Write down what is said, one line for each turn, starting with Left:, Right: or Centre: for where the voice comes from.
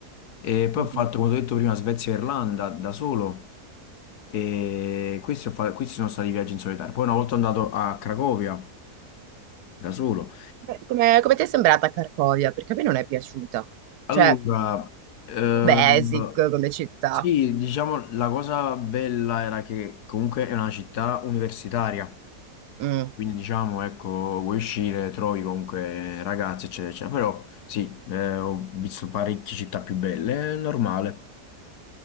Left: E poi
Right: Mm-mm.
Left: ho fatto, come ho detto prima, Svezia e Irlanda da solo. E questi, ho fa- questi sono stati viaggi in solitario. Poi una volta andato a Cracovia da solo.
Right: Beh, Come, come ti è sembrata Cracovia? Perché a me non è piaciuta.
Left: Allora,
Right: Cioè,
Left: ehm,
Right: un po' basic come città.
Left: sì, diciamo la cosa bella era che comunque è una città universitaria.
Right: Mm.
Left: Quindi diciamo, ecco, vuoi uscire, trovi comunque ragazzi, eccetera, eccetera. Però sì, eh, ho visto parecchie città più belle, è normale.